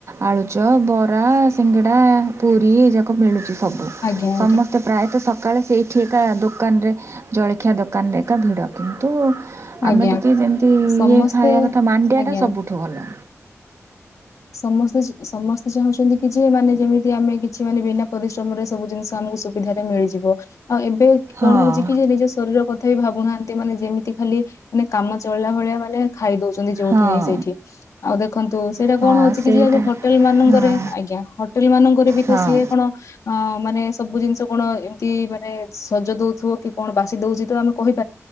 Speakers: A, on the right (about 60°); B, on the left (about 85°).
A: ଆଳୁଚପ ବରା ସିଙ୍ଗଡ଼ା ପୁରୀ ଏଯାକ ମିଳୁଛି। ସବୁ
B: ଆଜ୍ଞା
A: ସମସ୍ତେ
B: ଆଜ୍ଞା
A: ପ୍ରାୟତଃ ସକାଳେ ସେଇ ଛି କା ଦୋକାନରେ ଜଳଖିଆ ଦୋକାନରେ ଭିଡ଼ କିନ୍ତୁ
B: ଆଜ୍ଞା
A: ଆମେ ଟିକେ ଯେମତି ଇଏ
B: ସମସ୍ତେ
A: ଖାଇବା କଥା ମାଣ୍ଡିଆ
B: ଆଜ୍ଞା
A: ଟା ସବୁଠୁ ଭଲ।
B: ସମସ୍ତେ ସମସ୍ତେ ଚାହୁଁଛନ୍ତି କିଛି ଛି ମାନେ ଯେମିତି ଆମେ କିଛି ମାନେ ବିନା ପରିଶ୍ରମରେ ସବୁ ଜିନିଷ ଆମକୁ ସୁବିଧାରେ ମିଳିଯିବ। ଆଉ ଏବେ
A: ହଁ
B: କଣ ହଉଛି କି ଯେ ନିଜ ଶରୀର କ ତଥାବି ଭାବୁନାହାନ୍ତି ମାନେ ଯେମିତି ଖାଲି ମାନେ କାମ ଚଳିଲା ଭଳିଆ ମାନେ ଖାଇ ଦଉଛନ୍ତି। ଯୋଉଠି
A: ହଁ
B: ନାଇଁ ସେଇଠି ଆଉ ଦେଖନ୍ତୁ ସେଇଟା
A: ହଁ
B: କଣ ହଉଛି
A: ସେଇଟା
B: କି ଯିଏ ଯୋଉ ହୋଟେଲ ମାନଙ୍କରେ
A: ହଁ
B: ଆଜ୍ଞା ହୋଟେଲ ମାନଙ୍କରେ ବି
A: ହଁ
B: ତ ସିଏ କଣ ଅ ମାନେ ସବୁ ଜିନିଷ କଣ ଏମିତି ମାନେ ସଜ ଦଉଥିବ କି କଣ ବାସି ଦଉଛି ତ ଆମେ କହିପା